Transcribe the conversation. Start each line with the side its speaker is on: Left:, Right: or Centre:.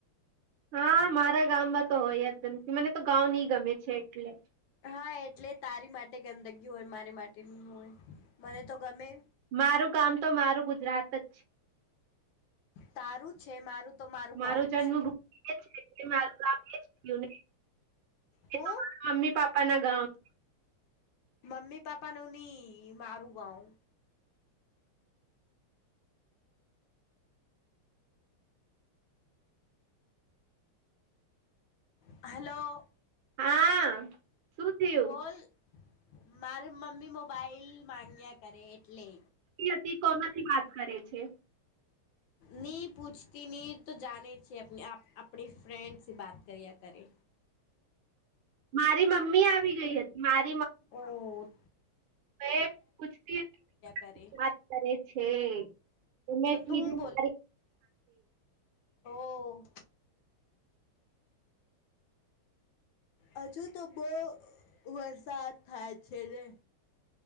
Right: હા મારા ગામમાં તો હોય જ ગંદકી, મને તો ગાંવ ની ગમે છે એટલે.
Left: હા, એટલે તારી માટે ગંદગી હોય, મારી માટે ની હોય, મને તો ગમે.
Right: મારું ગામ તો મારું ગુજરાત જ છે.
Left: તારું છે મારું તો
Right: મારું
Left: ગાવ
Right: જન્મ
Left: છે
Right: <inaudible> છે એટલે મારું ગાંવ એ થયું ને.
Left: હું
Right: એ તો મારા મમ્મી પાપા ના ગાંવ
Left: મમ્મી પાપા નું ની, મારું ગાંવ. હલો.
Right: હા. શું થયું
Left: બોલ. મારી મમ્મી મોબાઈલ માંગ્યા કરે એટલે.
Right: <unintelligible> કોનાથી વાત કરે છે?
Left: ની પૂછતી ની, તું જાને છે અપની આપ આપણી ફ્રેન્ડ સે બાત કર્યા કરે.
Right: મારી મમ્મી આવી ગઈ હતી. માર
Left: ઓહ!
Right: <inaudible> પૂછતી <inaudible>
Left: કરે
Right: વાત કરે છે. તો મે કીધું
Left: તું હું
Right: <inaudible>
Left: ઓહ! હજુ તો બહુ વરસાદ થાય છે ને.